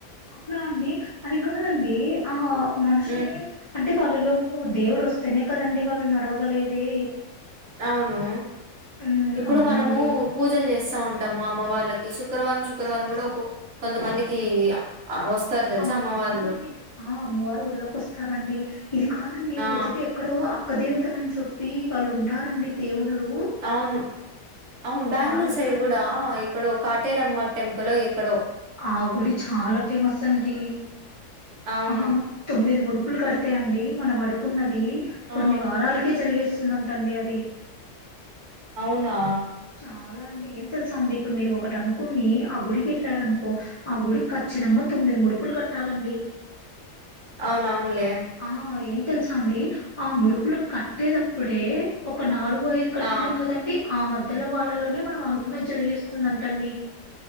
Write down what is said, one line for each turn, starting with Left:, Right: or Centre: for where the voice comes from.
Left: అవునా అండి అది కాదండి ఆ మనుషులే
Right: ఉమ్
Left: అంటే వాళ్ళలోకు దేవుడు వస్తేనే కదండి వాళ్ళు నడవగలేది
Right: అవును
Left: ఉమ్
Right: ఇప్పుడు
Left: అవునండి
Right: మనము పూజలు చేస్తా ఉంటాము అమ్మ వార్లకి శుక్రవారం శుక్రవారం కూడా ఒక కొంతమందికి వస్తారు తెలుసా
Left: అమ్మ
Right: అమ్మవార్లు
Left: అవునండి ఆ అమ్మవారు ఒళ్లోకి వస్తారండి ఇది కాదండి
Right: ఆ
Left: ఒకచోట ఎక్కడో అ క్క దేవతలు అని చెప్పి వాళ్ళు ఉంటారండి దేవుళ్ళు
Right: అవును అవును బ్యాంగ్ల్యూర్
Left: వాళ్ళు
Right: సైడ్
Left: కూడా అండి
Right: గూడా క్కడో కటేరమ్మ టెంపుల్ ఓ ఇక్కడో
Left: ఆ గుడి చాలా ఫేమస్ అండి
Right: అవును
Left: ఆ తొమ్మిది ముడుపులు కడితే అండి మనం అడుకున్నది
Right: ఆ
Left: కొన్ని వారాలక్ కే జరిగేస్తుందంటండి అది
Right: అవునా
Left: చాలా అండి ఏం తెలుసా అండి ఇప్పుడు మీరు ఒకటి అనుకోని ఆ గుడికెల్లారనుకో ఆ గుడికి ఖచ్చితంగా తొమ్మిది ముడుపులు కట్టాలండి
Right: అవున అవునులే
Left: ఆ ఏం తెలుసా అండి ఆ ముడుపులు కట్టేటప్పుడే ఒక నాలుగు ఐదు కట్టింటాం
Right: ఆ
Left: కదండి ఆ మధ్యలో వాళ్ళలోనే మనం అనుకున్నది జరిగేస్తుంది అంటండి